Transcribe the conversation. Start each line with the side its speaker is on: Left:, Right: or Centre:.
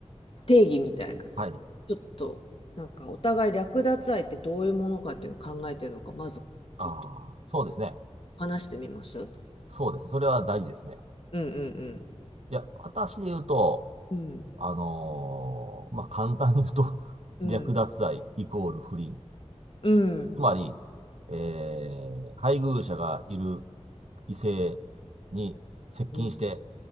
Left: 定義みたいな、
Right: はい。
Left: ちょっとなんかお互い略奪愛ってどういうものかっていうのを考えてるのか、まずちょっと
Right: ああ、そうですね。
Left: 話してみます
Right: そうですね。それは大事ですね。
Left: うんうん
Right: いや、私で言うと、
Left: うん。
Right: あのーまあ、簡単に言うと、<laughs>
Left: うん
Right: 略奪愛イコール不倫。
Left: うん
Right: つまり、えー配偶者がいる異性に接近して、
Left: うん